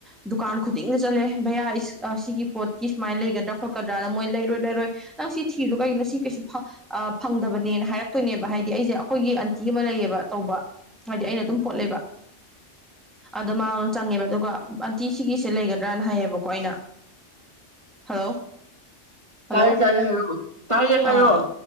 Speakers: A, in the centre; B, on the right (about 25°).
A: ꯗꯨꯀꯥꯟ ꯈꯨꯗꯤꯡꯗ ꯆꯠꯂꯦ ꯚꯩꯌꯥ ꯑꯁꯤꯒꯤ ꯄꯣꯠꯀꯤ ꯁꯨꯃꯥꯏꯅ ꯂꯩꯒꯗ꯭ꯔꯥ ꯈꯣꯠꯀꯗ꯭ꯔꯥꯅ ꯃꯣꯏ ꯂꯩꯔꯣꯏ ꯂꯩꯔꯣꯏ ꯅꯪ ꯁꯤ ꯊꯤꯔꯤꯗꯣ ꯀꯔꯤꯒꯤꯅꯣ ꯁꯤ ꯀꯩꯁꯨ ꯐ ꯑ ꯐꯪꯗꯕꯅꯦꯅ ꯍꯥꯏꯔꯛꯇꯣꯏꯅꯦꯕ ꯍꯥꯏꯗꯤ ꯑꯩꯁꯦ ꯑꯩꯈꯣꯏꯒꯤ ꯑꯟ ꯇꯤ ꯑꯃ ꯂꯩꯌꯦꯕ ꯇꯧꯕ ꯍꯥꯏꯗꯤ ꯑꯩꯅ ꯑꯗꯨꯝ
B: ꯎꯝ
A: ꯄꯣꯠ ꯂꯩꯕ ꯑꯗ ꯃꯥꯉꯣꯟ ꯆꯪꯉꯦꯕ ꯑꯗꯨꯒ ꯑꯟꯇꯤ ꯁꯤꯒꯤꯁꯦ ꯂꯩꯒꯗ꯭ꯔꯅ ꯍꯥꯏꯌꯦꯕꯀꯣ ꯑꯩꯅ ꯍꯜꯂꯣ ꯍꯜꯂꯣ
B: ꯇꯥꯏꯌꯦ ꯇꯥꯏꯌꯦ ꯍꯥꯏꯌꯣ ꯇꯥꯏꯌꯦ
A: ꯑꯥ
B: ꯍꯥꯏꯌꯣ